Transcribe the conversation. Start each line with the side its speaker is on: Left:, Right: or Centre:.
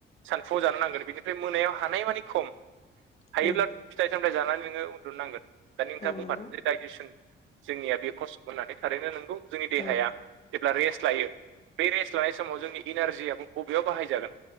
Right: सानफुआव जानो नांगोन बिनिफ्राय मोनायाव हानाय मानिे खम हायोब्ला।
Left: औ
Right: फिथाइ सामथथाय जानानै नोङो उन्दुननांगोन दा नोंथाङा
Left: औ
Right: बुंखादो
Left: नंगौ
Right: जे दडाइजेसन जोंनिया बे खस्थ' होननानै थारैनो नोंगौ जोंनि देहाया
Left: औ
Right: जेब्ला रेस्ट लायो। बे रेस्ट लानाय समाव जोंनि इनारजियाबो बबेयाव बाहायजागोन